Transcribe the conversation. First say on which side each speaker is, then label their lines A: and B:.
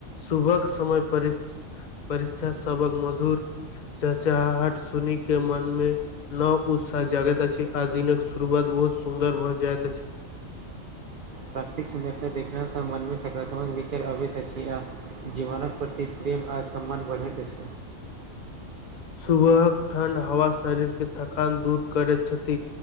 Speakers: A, on the left; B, on the right.
A: सुबक समय पर परीक्षा सबक मधु चहचहाहट सुनी के मनमे लोक उतसाह जगैती आ दिने शुरुबात बहुत सुन्दर भ जइत अछि
B: प्राकृतिक सुन्दरता देखनेँ मनमे सकारात्मक विचार अबैत अछि जीवनक प्रति प्रेम आ सम्मान बढ़ैत अछ
A: सुबहक ठण्डा हवा शरीर के थकान दूर करैत छथ